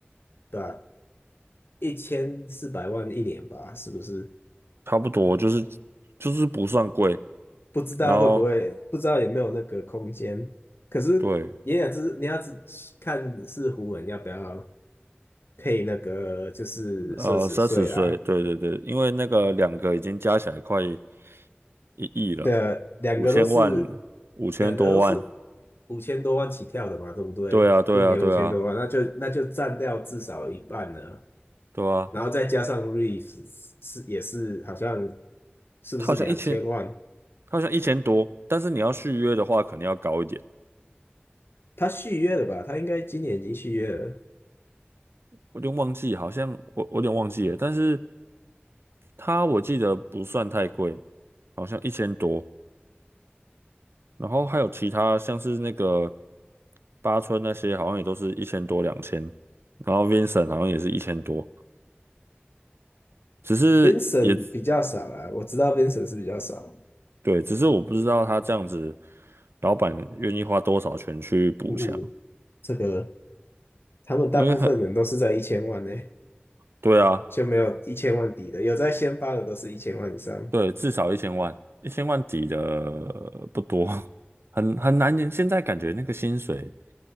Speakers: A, on the left; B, on the right.
A: 吧，一千四百万一年吧，是不是？
B: 差不多就是就是不算贵，
A: 不知道会不会，
B: 然后
A: 不知道有没有那个空间。可是也也是你要只看是湖人要不要
B: 对。
A: 配那个就是奢侈税啦。
B: 呃，三十岁，对对对，因为那个两个已经加起来快一亿了，
A: 的两个都是
B: 五千万，五千多万，
A: 两个都是五千多万起跳的嘛，对不对？
B: 对啊，对啊，
A: 一年五千多万，
B: 对啊，
A: 那就那就占掉至少一半了，
B: 对啊，
A: 然后再加上 r e e v e 是也是好像是不是两千万？
B: 他好像一千，他好像一千多，但是你要续约的话，可能要高一点，
A: 他续约了吧？他应该今年已经续约了。
B: 我有点忘记，好像我我有点忘记了，但是他我记得不算太贵，好像一千多，然后还有其他像是那个八村那些，好像也都是一千多两千，两千然后 Vincent 好像也是一千多。只是也
A: Vincent 比较少啦，我知道 Vincent 是比较少。
B: 对，只是我不知道他这样子，老板愿意花多少钱去补强，
A: 呜，这个他们大部分人都是在一千万呢，
B: 因为很，对啊，
A: 就没有一千万底的，有在先发的都是一千万以上。
B: 对，至少一千万，一千万底的呃不多，<laughs> 很很难。现在感觉那个薪水